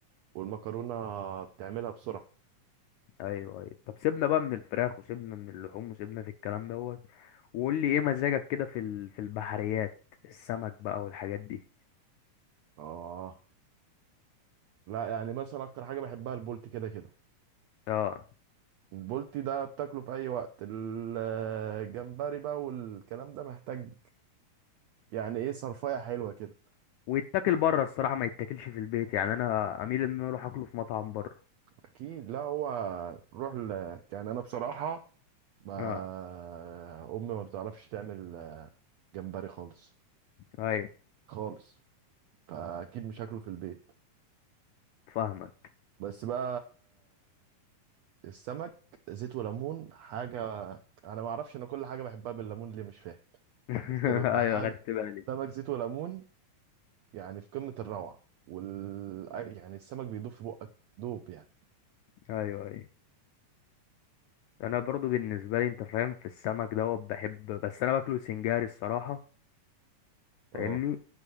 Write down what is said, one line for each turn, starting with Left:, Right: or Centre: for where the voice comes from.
Right: والمكرونة بتعملها بسرعة
Left: ايوه ايوه طب سيبنا بقى من الفراخ وسيبنا من اللحوم وسيبنا في الكلام دوت وقول لي ايه مزاجك كده في ال... في البحريات السمك بقى والحاجات دي
Right: اه لا يعني مثلا اكتر حاجة بحبها البولتي كده كده
Left: اه
Right: البولتي ده بتاكله في اي وقت ال- الجمبري بقى والكلام ده محتاج يعني ايه صرفية حلوة كده
Left: ويتاكل بره الصراحه ما يتاكلش في البيت يعني انا اميل ان انا اروح اكله في مطعم بره
Right: اكيد لا هو روح ل... يعني انا بصراحة ما
Left: اه
Right: امي ما بتعرفش تعمل آه، جمبري خالص
Left: ايوه
Right: خالص فاكيد مش هاكله في البيت
Left: فاهمك
Right: بس بقى السمك زيت وليمون حاجه انا ما اعرفش انا كل حاجه بحبها بالليمون ليه مش فاهم
Left: <laughs>
Right: بس الحاجه
Left: ايوه خدت بالي
Right: سمك زيت وليمون يعني في قمه الروعه وال يعني السمك بيدوب في بقك دوب يعني
Left: ايوه ايوه انا برضو بالنسبه لي انت فاهم في السمك دوت بحب بس انا باكله سنجاري الصراحه
Right: اه
Left: فاهمني